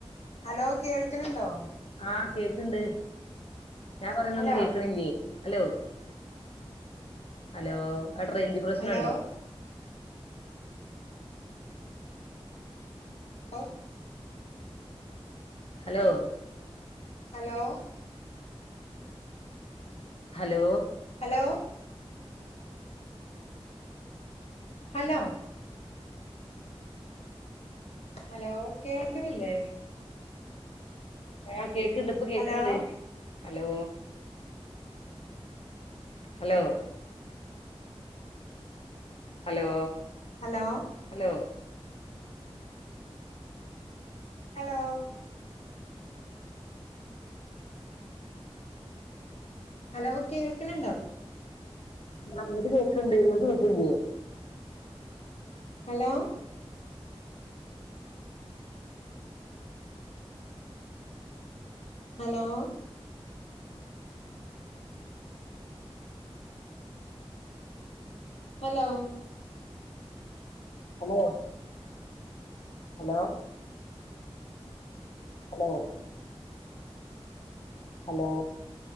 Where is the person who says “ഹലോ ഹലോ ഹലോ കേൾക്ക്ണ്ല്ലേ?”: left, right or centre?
Left